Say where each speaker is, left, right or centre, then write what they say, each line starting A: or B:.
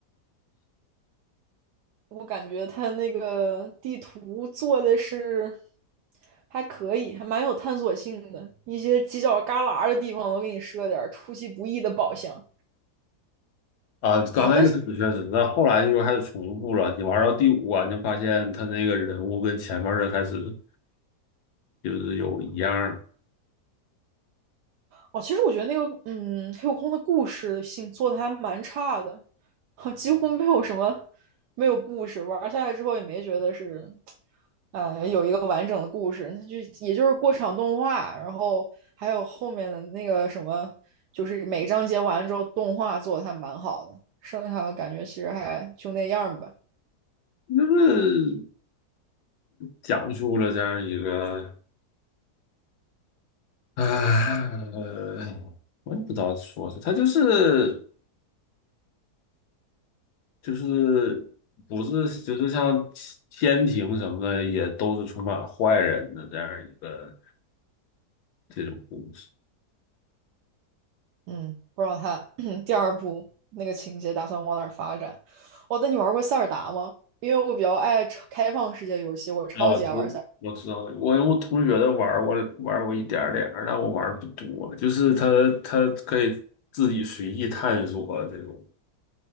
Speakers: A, on the right; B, on the left.
A: 我感觉它那个地图做的是还可以，还蛮有探索性的。一些犄角旮旯的地方都给你设点儿出其不意的宝箱
B: 啊，刚开始确实，
A: 啊，但是
B: 但后来就是开始重复了。你玩到第五关，就发现他那个人物跟前面的开始就是有一样的。
A: 哦，其实我觉得那个，嗯，黑悟空的故事性做的还蛮差的，<laughs> 几乎没有什么，没有故事。玩下来之后也没觉得是，呃，有一个完整的故事，就也就是过场动画，然后还有后面的那个什么，就是每章节完了之后动画做的还蛮好的，剩下的感觉其实还就那样儿吧。
B: 那是。讲述了这样一个啊，呃，我也不知道说是，它就是就是不是就是像天庭什么的，也都是充满坏人的这样一个这种故事。
A: 嗯，不知道他 <clears throat> 第二部那个情节打算往哪儿发展。哦，那你玩过塞尔达吗？因为我比较爱超开放世界游戏，我超级爱玩塞尔达。
B: 那我知我知道了，我我同学的玩儿我玩儿过一点儿点儿，但我玩儿不多，就是他他可以自己随意探索这种